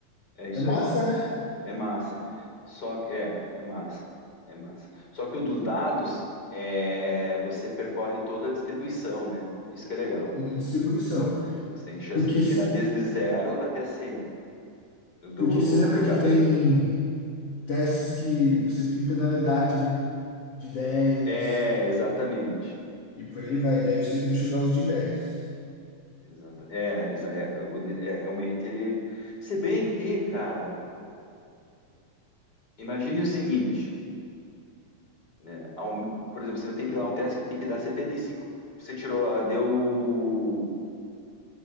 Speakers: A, on the left; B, on the left.
A: É isso
B: É massa,
A: aí.
B: né?
A: É massa. Só que. É, é massa. É massa. Só que o dos dados, é, você percorre toda a distribuição, né? Isso que é legal.
B: Toda distribuição.
A: Então, você tem chance
B: Porque
A: de tirar
B: se-
A: desde zero até 100. Do,
B: porque se
A: o
B: lembra
A: jogador.
B: que tem testes que você tem penalidade, né? De dez
A: É, exatamente.
B: e por aí vai. Daí você tem que jogar os de dez
A: Exato. É, exa- é, eu vou dir- é, realmente ele. Se bem que, cara, imagine o seguinte, né? ao- Por exemplo, você tem que ir lá um teste que tem que dar setenta e cinco você tirou lá, deu.